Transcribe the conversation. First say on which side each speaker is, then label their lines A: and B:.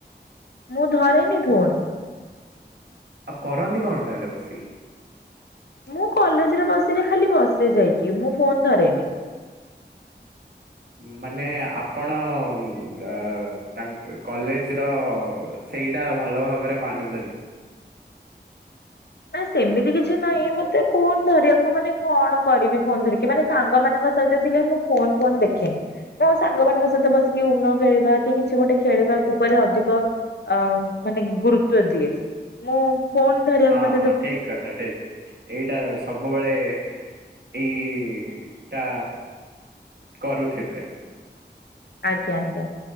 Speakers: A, on the left (about 70°); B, on the right (about 65°).
A: ମୁଁ ଧରେନି ଫୋନ
B: ଆଉ କରନ୍ତି କଣ ତାହେଲେ ବସିକି?
A: ମୁଁ କଲେଜରେ ବସିଲେ ଖାଲି ବସେ ଯାଇଛିି ମୁଁ ଫୋନ ଧରେନି।
B: ମାନେ ଆପଣ ଉଁ ତାଙ୍କ କଲେଜ ର ସେଇଟା ଭଲ ଭାବରେ ମାନୁଛନ୍ତି?
A: ନା ସେମିତି କିଛି ନାହିଁ ମତେ ଫୋନ ଧରିବାକୁ ମାନେ କଣ କରିବି ଫୋନ ଧରିକି ମାନେ ସାଙ୍ଗ ମାନଙ୍କ ସହ ସହିତ ଥିଲେ ମୁଁ ଫୋନ ଫୋନ୍ ଦେଖିନି। ତ ସାଙ୍ଗମାନଙ୍କ ସହିତ ବସିକି ଉନ ଖେଳିବା କି କିଛି ଗୋଟେ ଖେଳିବା ଉପରେ ଅଧିକ ଅ ମାନେ ଗୁରୁତ୍ୱ ଦିଏ, ମୁଁ ଫୋନ୍ ଧରିବାକୁ
B: ହଁ
A: ମତ୍
B: ହଁ ଠିକ୍ କଥା ଠିକ୍ ଏଇଟା ସବୁବେଳେ ଏଇ-ଇ-ଇ ଟା କରୁଥିବେ
A: ଆଜ୍ଞା ଆଜ୍ଞା,